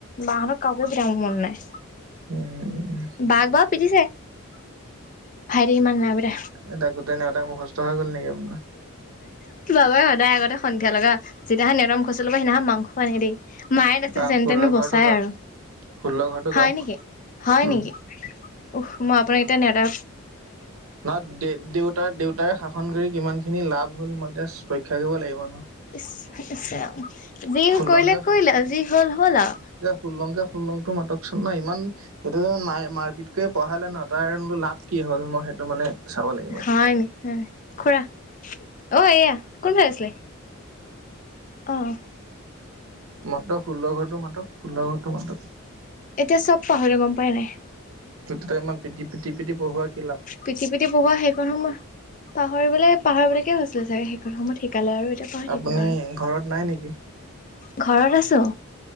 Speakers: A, on the left (about 35°); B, on the right (about 75°).
A: বাহঁতৰ কাকো পিটাব পৰা নাই।
B: উম,
A: বাক বাৰু পিটিছে। ভাইটিক ইমান নাই পিটা।
B: এতিয়া গোটে নেওতা মুখস্থ হৈ গ'ল নেকি আপোনাৰ?
A: বাবাই সদায় আগতে সন্ধিয়া লগা, যিদিনাখন নেওটা মুখস্থ ল'ব সেইদিনাখন মাংস আনে দেই। মায়ে তাৰপিছত
B: আহ,
A: যেন
B: ষোল্ল
A: তেনে বচায়
B: ঘৰটো গাওক
A: আৰু।
B: ষোল্ল ঘৰটো
A: হয়
B: গাওক
A: নেকি? হয়
B: উম,
A: নেকি? উফ্ মই আপোনাৰ এতিয়া নেওটা
B: নত দে দেউত তোৰ দেউতাই শাসন কৰি কিমানখিনি লাভ হ'ল মই এতিয়া পৰীক্ষা কৰিব লাগিব ন?
A: ইছ হৈ গৈছে আৰু। যি
B: ষোল্লংকে
A: কৰিলে কৰিলে, যি হ'ল হ'ল আৰু।
B: শোলংকে শোলংটো মাতকচোন ন ইমান সেইটো যে মাৰ মাৰপিত কে পঢ়ালে ন তাৰনো লাভ কি হ'ল? মই সেইটো মানে চাব লাগিব এতিয়া।
A: হয় নি? উম খুৰা অ এয়া কোনফালে গৈছিলে? অঁ
B: মাতক ষোল্ল ঘৰটো মাতক ষোল্ল ঘৰটো মাতক
A: এতিয়া চব পাহৰিলো গম পাই নাই
B: ত ত ইমানি পি পিতি পঢ়ুৱাক
A: পিটি পিতিি পবোৱা সেই কৰ সময় পাহৰিবলৈ পাহৰিবলৈকে হৈছিলে চাগে সেইখন সময়ত শিকালে আৰু তিয়া পঢ়
B: আপুনি
A: থাকিলো আৰু
B: ঘৰত নাই নেকি?
A: ঘৰত আছো